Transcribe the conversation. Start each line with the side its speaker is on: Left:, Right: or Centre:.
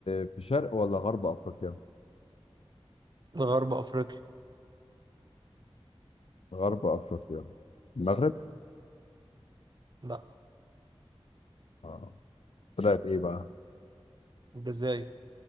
Left: في شرق ولا غرب أفريقيا
Right: غرب أفريقيا
Left: غرب أفريقيا المغرب
Right: لا
Left: آه. طلعت إيه بقى
Right: الجزائر